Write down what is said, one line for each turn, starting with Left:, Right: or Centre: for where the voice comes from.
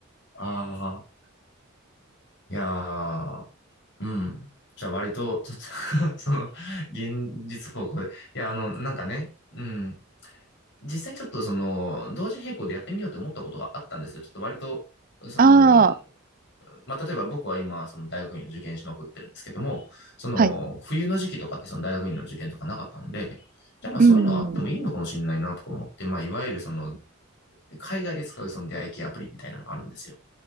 Left: ああ、いやー。うん。じゃあ割と、ちょっと <laughs> その、現実方向で。いや、あの、なんかね、うん。実際ちょっとその、同時並行でやってみようと思ったことがあったんですよ。ちょっと割と、その、
Right: ああ、
Left: まあ、例えば僕は今、その大学院を受験しまくってるんですけども、その、
Right: はい、
Left: 冬の時期とかってその大学院の受験とかなかったので、じゃあまあそういうのはあってもいいのかもしれないなとか思って、
Right: うん、
Left: まあいわゆるその、海外で使うその出会い系アプリみたいなのがあるんですよ。